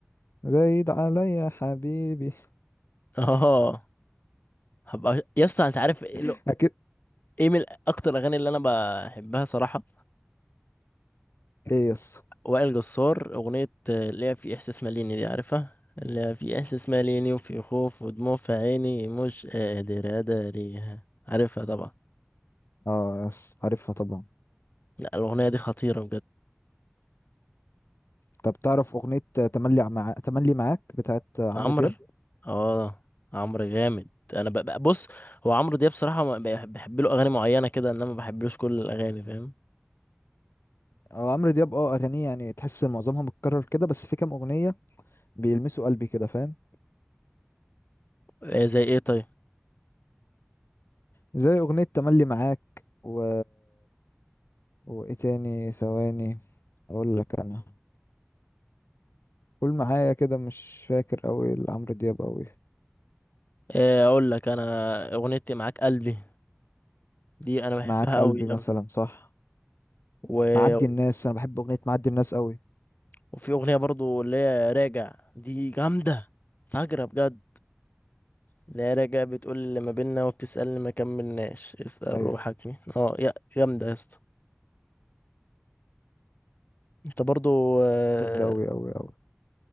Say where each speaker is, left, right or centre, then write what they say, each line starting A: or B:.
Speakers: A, on the left; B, on the left.
A: زايد عليا حبيبي
B: <laughs> اه هبقى يا اسطى انت عارف ايه
A: <laughs>
B: ال-
A: اكيد
B: إيه من اكتر الاغاني اللي انا بحبها صراحة
A: ايه يس
B: وائل جسار اغنية آه، اللي هي في احساس ماليني دي عارفها اللي هي في احساس ماليني وفي خوف ودموع في عيني مش قادر اداريها عارفها طبعا
A: اه يس عارفها طبعا
B: لا الاغنية دي خطيرة
A: طب تعرف اغنية تملي مع تملي معاك بتاعت عمرو
B: عمرو
A: دياب
B: اه عمرو جامد انا ب- ب- بص هو عمرو دياب بصراحه ما ب- بحب له اغاني معينه كده انما ما بحبلوش كل الاغاني فاهم
A: اه عمرو دياب اه اغانيه يعني تحس ان معظمها متكرر كده بس في كام اغنية بيلمسوا قلبي كده فاهم
B: إيه زي ايه طيب
A: زي أغنية تملي معاك و... وإيه تاني ثواني أقول لك أنا قول معايا كده مش فاكر أوي لعمرو دياب أوي
B: إيه اقول لك انا اغنيتي معاك قلبي دي انا بحبها
A: معاك
B: قوي
A: قلبي
B: قوي
A: مثلا صح
B: و...
A: معدي الناس أنا بحب أغنية معدي الناس أوي
B: وفي اغنيه برضو اللي هي راجع دي جامده فجرة بجد اللي هي راجع بتقول اللي ما بينا وبتسألني ما كملناش اسأل
A: أيوة
B: روحك مين اه يا جامده يا اسطى انت برضو اه
A: جامدة أوي أوي أوي